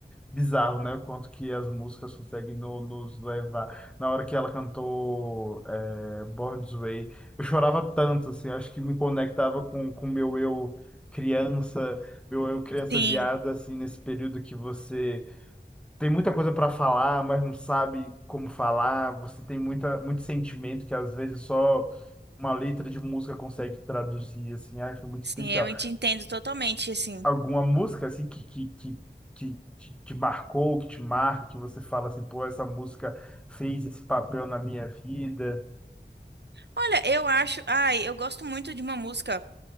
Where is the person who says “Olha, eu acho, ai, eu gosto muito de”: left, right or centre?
Right